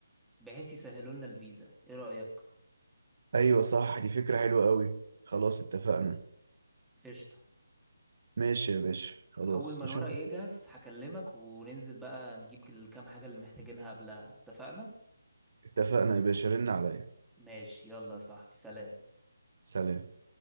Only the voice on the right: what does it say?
ايوه صح دي فكرة حلوة قوي خلاص اتفقنا
ماشي يا باشا خلاص
اشوفك
اتفقنا يا باشا رن عليا
سلام